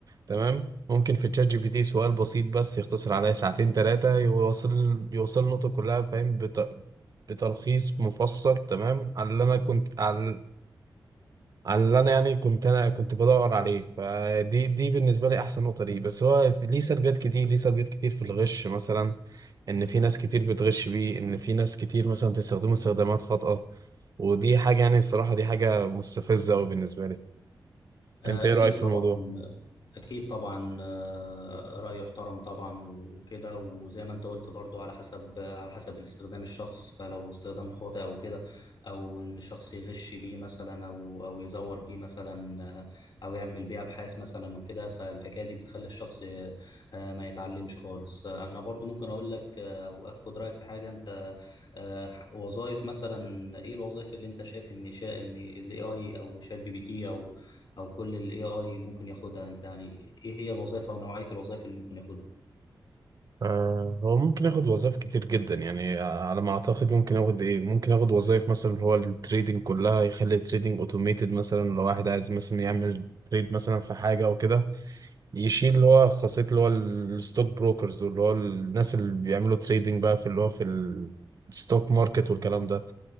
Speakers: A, on the right; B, on the left.
A: تمام ممكن في تشات جي بي تي سؤال بسيط بس يختصر عليا ساعتين ثلاثه يوصل يوصل النقطه كلها فاهم بت... بتلخيص مفصل تمام على اللي انا كنت على على اللي انا يعني كنت انا كنت بدور عليه فدي دي بالنسبه لي احسن نقطه ليه بس هو في- ليه سلبيات كتير ليه سلبيات كتير في الغش مثلا ان في ناس كتير بتغش بيه ان في ناس كتير مثلا بتستخدمه استخدامات خاطئه ودي حاجه يعني الصراحه دي حاجه مستفزه قوي بالنسبه لي
B: آه،
A: انت ايه
B: أكيد
A: رايك في
B: طبعا
A: الموضوع
B: أكيد طبعا آه، رأي يحترم طبعا وكده وزي ما أنت قلت برضو على حسب آه، على حسب الاستخدام الشخص فلو استخدام خاطئ أو كده أو إن الشخص يغش بيه مثلا أو أو يزور بيه مثلا آه، أو يعمل بيه أبحاث مثلا وكده فالحكاية دي بتخلي الشخص آه، آه، ما يتعلمش خالص آه، أنا برضو ممكن أقول لك آه، أو أخد رأيك في حاجة أنت آه، وظائف مثلا إيه الوظائف اللي أنت شايف إن شا إن ال AI أو شات جي بي تي أو او كل الاي اي ممكن ياخدها انت يعني ايه هي الوظائف او نوعية الوظائف اللي ممكن ياخدها
A: آه، هو ممكن اخد وظائف كتير جدا يعني آه، على ما اعتقد ممكن اخد ايه ممكن اخد وظائف مثلا اللي هو التريدنج كلها يخلي التريدنج اوتوميتد مثلا لو واحد عايز مثلا يعمل تريد مثلا في حاجه او كده يشيل اللي هو خاصيه اللي هو الستوك بروكرز واللي هو الناس اللي بيعملوا تريدنج بقى في اللي هو في الستوك ماركت والكلام ده